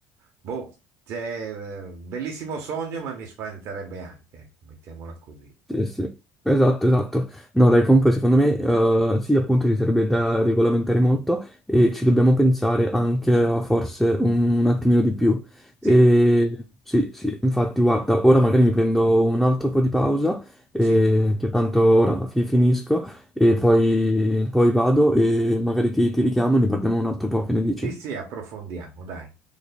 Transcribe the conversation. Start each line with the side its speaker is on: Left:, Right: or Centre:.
Right: Boh, c'è eh, bellissimo sogno, ma mi spaventerebbe anche, ecco, mettiamola così.
Centre: Sì, sì, esatto, esatto. No, dai, comunque secondo me eh, sì, appunto ci sarebbe da regolamentare molto e ci dobbiamo pensare anche a forse un, un attimino di più.
Right: Sì,
Centre: E, sì, sì, infatti, guarda, ora magari mi prendo un altro po' di pausa, eh,
Right: Sì.
Centre: che tanto ora fi- finisco e poi, poi vado e magari ti, ti richiamo e ne parliamo un altro po', che ne dici?
Right: sì, sì, approfondiamo, dai.